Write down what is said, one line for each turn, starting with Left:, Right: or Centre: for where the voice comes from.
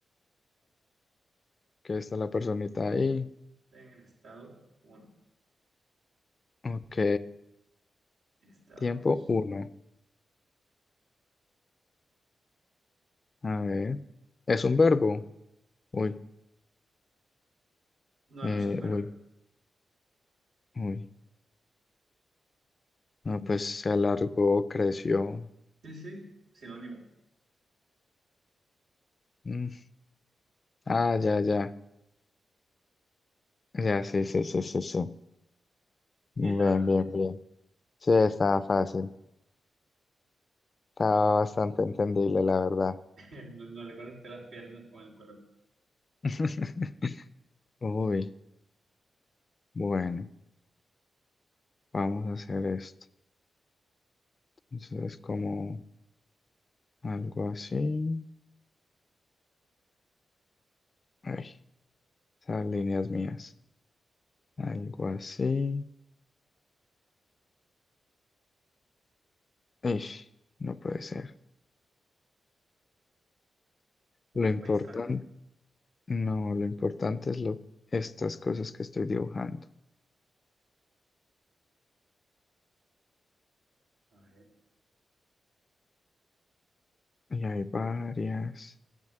Left: Que está la personita ahí.
Right: En el estado uno
Left: Ok.
Right: Estado
Left: Tiempo
Right: dos
Left: uno. A ver. ¿Es un verbo? Uy,
Right: No,
Left: eh,
Right: no es un verbo.
Left: uy, uy. No, pues se alargó, creció.
Right: Sí, sí, sinónimo.
Left: Mm. Ah, ya, ya. Ya, sí, sí, sí, sí, sí. Bien,
Right: Sí, estaba fácil.
Left: bien, bien. Sí, estaba fácil. Estaba bastante entendible, la verdad.
Right: <laughs> No, no le conecté las piernas con el cuerpo.
Left: <laughs> Uy, bueno, vamos a hacer esto. Entonces, como algo así. Ay, esas líneas mías. Algo así. Ish, no puede ser.
Right: Como
Left: Lo importante,
Right: un paisaje, ¿no?
Left: no, lo importante es lo, estas cosas que estoy dibujando.
Right: A ver.
Left: Y hay varias.